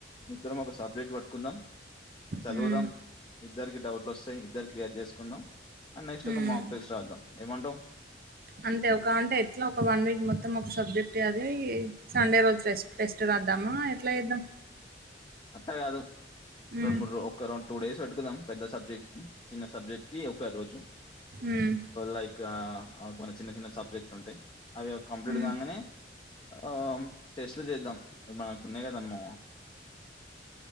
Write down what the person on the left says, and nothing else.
ఇద్దరం ఒక సబ్జెక్ట్ పట్టుకుందాం చదువుదాం
ఇద్దరికి డౌట్లు వస్తాయి ఇద్దరు క్లియర్ చేసుకుందాం అండ్ నెక్స్ట్
ఒక మాక్ టెక్స్ట్ రద్ధం ఏమంటావు
అట్ల కాదు
రెండు మూడు ఒక రెండు టూ డేస్ పెట్టుకుదాం పెద్ద సబ్ <unintelligible> చిన్న సబ్జెక్ట్ కి ఒక రోజు
లైక్ కొన్ని చిన్న చిన్న సబ్జెక్ట్లు ఉంటాయి అవి కంప్లీట్
కాగానే ఆ టెస్ట్లు చేద్దాం <unintelligible> మనకు ఉన్నాయి కదమ్మ